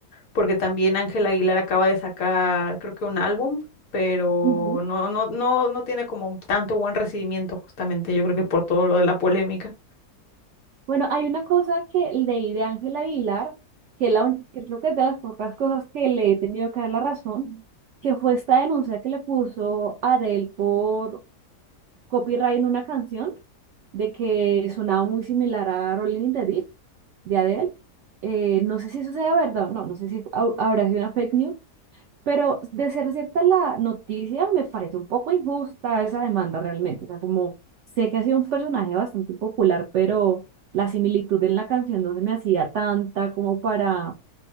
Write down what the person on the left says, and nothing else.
porque también Ángela Aguilar acaba de sacar creo que un álbum, pero
no, no, no, no tiene como tanto buen recibimiento justamente, yo creo que por todo lo de la polémica.